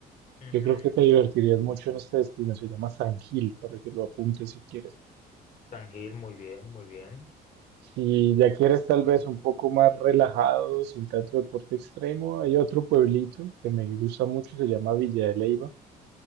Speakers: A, on the left (about 50°); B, on the right (about 80°).
A: Ujú.
B: Yo creo que te divertirías mucho en este destino. Se llama San Gil para que lo apuntes si quieres.
A: San Gil, muy bien, muy bien.
B: Si ya quieres tal vez un poco más relajado, sin tanto deporte extremo, hay otro pueblito que me gusta mucho, se llama Villa de Leyva